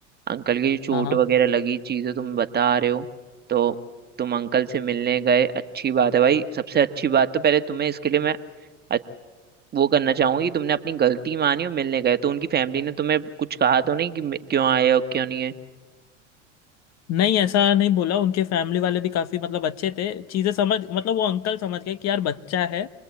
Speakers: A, on the right (about 25°); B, on the left (about 45°).
A: अंकल की जो चोट
B: हाँ हाँ
A: वगैरह लगी चीजें तुम बता रहे हो तो तुम अंकल से मिलने गए अच्छी बात है भाई सबसे अच्छी बात तो पहले तुम्हें इसके लिए मैं अच- वो करना चाहूंगा कि तुमने अपनी गलती मानी और मिलने गए तो उनकी फैमिली ने तुम्हें कुछ कहा तो नहीं कि मे- क्यों आए हो क्यों नहीं है
B: नहीं ऐसा नहीं बोला उनके फैमिली वाले भी काफ़ी मतलब अच्छे थे चीज़ें समझ मतलब वो अंकल समझ गए कि यार बच्चा है